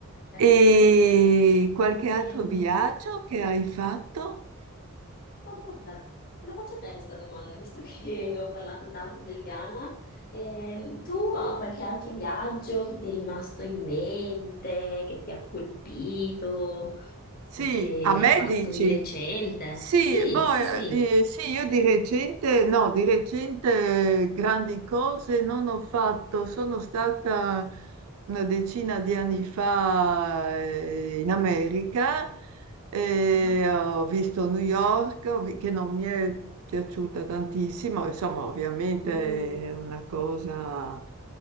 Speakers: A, on the left; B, on the right.
A: Eh
B: E
A: sì, sì.
B: qualche altro
A: Ehm,
B: viaggio che hai fatto?
A: ma guarda, te la faccio a te questa domanda, visto che <laughs> ho parlato tanto del Ghana. Ehm, tu hai qualche altro viaggio che ti è rimasto in mente, che ti ha colpito
B: Sì,
A: o che
B: a me
A: hai fatto
B: dici?
A: di recente?
B: Sì,
A: Sì,
B: boh,
A: sì,
B: eh,
A: sì.
B: eh, sì, io di recente, no, di recente eh, grandi cose non ho fatto, sono stata una decina di anni fa eh, in America e
A: Mhm.
B: ho visto New York, ho vi- che non mi è piaciuta tantissimo, insomma, ovviamente
A: Mm.
B: è una cosa